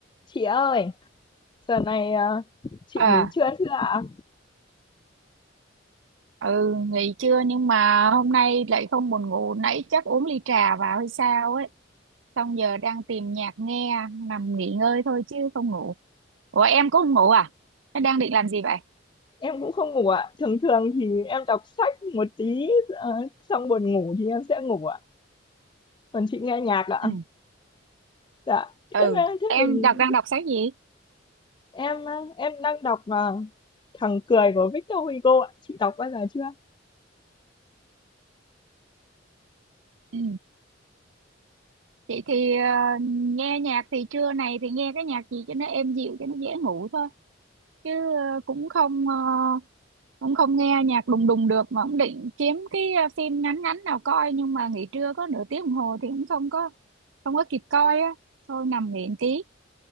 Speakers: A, on the left; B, on the right.
A: Chị ơi, giờ này à, chị
B: À,
A: nghỉ trưa chưa ạ?
B: ừ, nghỉ trưa nhưng mà hôm nay lại không buồn ngủ, nãy chắc uống ly trà vào hay sao ấy. Xong giờ đang tìm nhạc nghe, nằm nghỉ ngơi thôi chứ không ngủ. Ủa em có ngủ à? Thế đang định làm gì vậy?
A: Em cũng không ngủ ạ. Thường thường thì em đọc sách một tí ờ, xong buồn ngủ thì em sẽ ngủ ạ. Còn chị nghe nhạc ạ.
B: Ừ,
A: Dạ. Thế
B: ừ,
A: mà thế
B: em
A: mình
B: đọc đang đọc sách gì?
A: em à, em đang đọc à, Thằng cười của Victor Hugo ạ. Chị đọc bao giờ chưa?
B: Ừ, chị thì ờ, nghe nhạc thì trưa này thì nghe cái nhạc gì cho nó êm dịu cho nó dễ ngủ thôi. chứ ờ, cũng không ờ, cũng không nghe nhạc đùng đùng được mà cũng định kiếm cái ờ, phim ngắn ngắn nào coi nhưng mà nghỉ trưa có nửa tiếng đồng hồ thì cũng không có không có kịp coi á thôi nằm nghỉ một tí